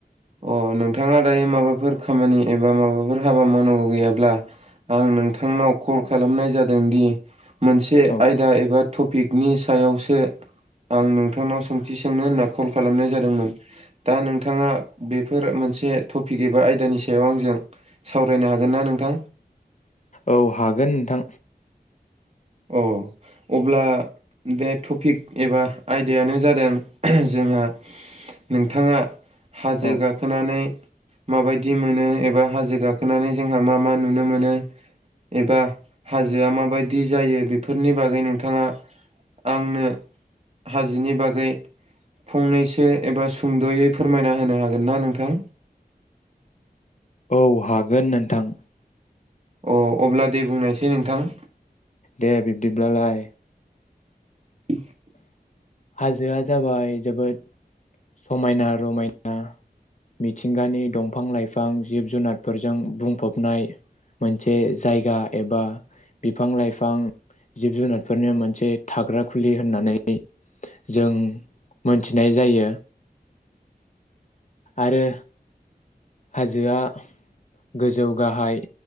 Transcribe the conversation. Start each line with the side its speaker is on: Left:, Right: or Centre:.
Right: अ नोंथांङा दायो माबाफोर खामानि एबा माबाफोर हाबा मावनांगौ गैयाब्ला आं नोंथांनाव कल खालामनाय जादोंदि मोनसे
Left: औ
Right: आयदा एबा टपिकनि सायावसो आं नोंथांनाव सोंथि सोंनो होनना कल खालामनाय जादोंमोन, दा नोंथांङा बेफोर मोनसे टपिक एबा आयदानि सायाव आंजों सावरायनो हागोन ना नोंथां?
Left: औ हागोन नोंथां
Right: अ अब्ला बे टपिक एबा आयदायानो जादों जोंहा नोंथांङा हाजो
Left: औ
Right: गाखोनानै माबायदि मोनो एबा हाजो गाखोनानै जोंहा मा मा नुनो मोनो एबा हाजोआ मा बायदि जायो बेफोरनि बागै नोंथांङा आंनो हाजोनि बागै फंनैसो एबा सुंद'यै फोरमायना होनो हागोन ना नोंथां?
Left: औ हागोन नोनथां।
Right: अ अब्ला दे बुंनायसै नोंथां
Left: दे बिब्दिब्लालाय
Right: <inaudible>
Left: हाजोआ जाबाय जोबोद समायना रमायना मिथिंगानि दंफां लाइफां जिब जुनारफोरजों बुंफबनाय मोनसे जायगा एबा बिफां लाइफां जिब जुनारफोरनो मोनसे थाग्रा खुलि होननानै यै जों मोनथिनाय जायो आरो हाजोआ गोजौ गाहाय